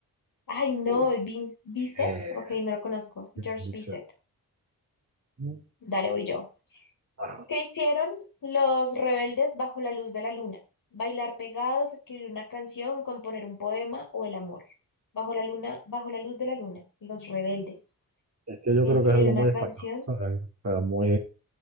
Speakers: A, on the left (about 65°); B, on the right (about 45°).
A: Ay, no,
B: Uy,
A: Vince, Bizet.
B: eh,
A: Ok, no lo conozco. George
B: dice,
A: Bizet.
B: mm,
A: Dale, voy yo.
B: ah,
A: ¿Qué hicieron los rebeldes bajo la luz de la luna? Bailar pegados, escribir una canción, componer un poema o el amor. Bajo la luna, bajo la luz de la luna, los rebeldes.
B: es que yo
A: Escribir
B: creo que es algo
A: una
B: muy
A: canción.
B: español, ¿sabes? O sea, muy,